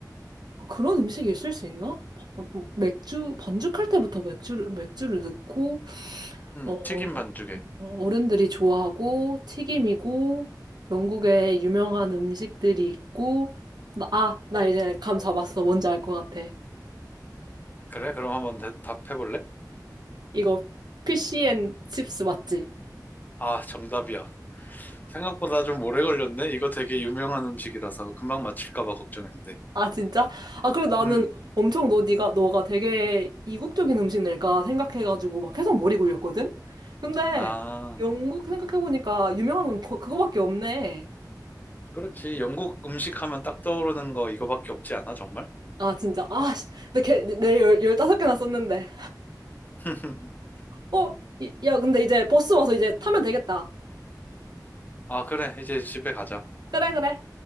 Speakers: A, on the right; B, on the left.
A: 아, 그런 음식이 있을 수 있나? 바- 맥주, 반죽할 때부터 맥주를, 맥주를 넣고,
B: 음,
A: 어, 어,
B: 튀김 반죽에.
A: 어른들이 좋아하고 튀김이고 영국의 유명한 음식들이 있고 나- 아, 나 이제 감 잡았어. 뭔지 알 것 같아.
B: 그래? 그럼 한번 대- 답해볼래?
A: 이거 피시앤 칩스 맞지?
B: 아, 정답이야. 생각보다 좀 오래 걸렸네? 이거 되게 유명한 음식이라서 금방 맞힐까봐 걱정했는데.
A: 아, 진짜? 아, 그리고 나는
B: 음,
A: 엄청 너 네가 너가 되게 이국적인 음식 낼까 생각해가지고 막 계속 머리 굴렸거든? 근데
B: 아,
A: 영국 생각해보니까 유명한 건 거- 그거밖에 없네.
B: 그렇지. 영국 음식 하면 딱 떠오르는 거 이거밖에 없지 않아, 정말?
A: 아, 진짜. 아, 씨. 내, 개- 내 열, 15개나 썼는데.
B: <laughs>
A: 어? 이- 야, 근데 이제 버스 와서 이제 타면 되겠다.
B: 아, 그래. 이제 집에 가자.
A: 그래, 그래.